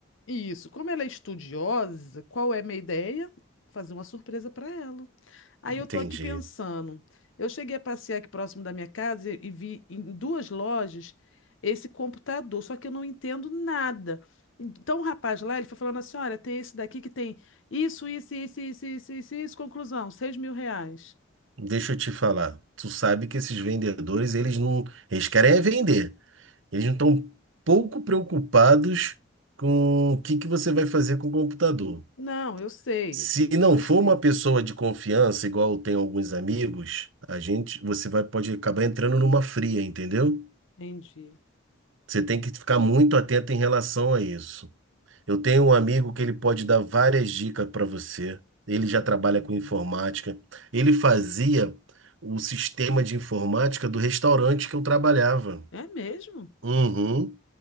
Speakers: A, on the left; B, on the right.
A: Isso. Como ela é estudiosa, qual é a minha ideia? Fazer uma surpresa para ela. Aí
B: Entendi.
A: eu estou aqui pensando. Eu cheguei a passear aqui próximo da minha casa e e vi em duas lojas esse computador, só que eu não entendo nada. Então o rapaz lá, ele foi falando assim: olha, tem esse daqui que tem isso, isso, isso, isso, isso, isso, isso. Conclusão: seis mil reais.
B: Deixa eu te falar. Tu sabe que esses vendedores, eles não, eles querem é vender. Eles não estão pouco preocupados com o que que você vai fazer com o computador.
A: Não, eu sei.
B: Se
A: Disso
B: não
A: eu
B: for
A: sei.
B: uma pessoa de confiança, igual tem alguns amigos, a gente, você vai pode acabar entrando numa fria, entendeu?
A: Entendi.
B: Você tem que ficar muito atento em relação a isso. Eu tenho um amigo que ele pode dar várias dicas para você. Ele já
A: Hum.
B: trabalha com informática. Ele fazia o sistema de informática do restaurante que eu trabalhava.
A: É mesmo?
B: Uhum.